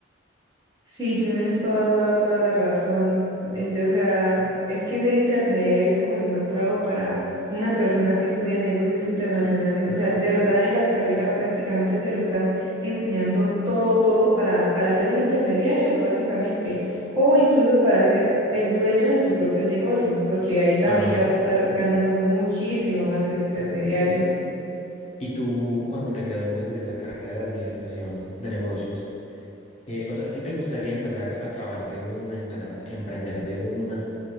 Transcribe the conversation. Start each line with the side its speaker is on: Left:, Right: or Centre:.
Right: Sí, tienes toda, toda, toda la razón. Es, yo, o sea, es que ser intermediario es como el mejor trabajo para una persona que estudia negocios internacionales. O sea, de verdad en la carrera prácticamente te lo están enseñando todo, todo para, para ser un intermediario, básicamente. O incluso para ser el dueño de tu propio negocio, porque ahí también
Left: Ajá.
Right: ya vas a estar ganando muchísimo más que un intermediario.
Left: Y tú, cuando te gradúes de la carrera de administración de negocios, eh, o sea, ¿a ti te gustaría empezar a trabajar de una, empezar a emprender de una,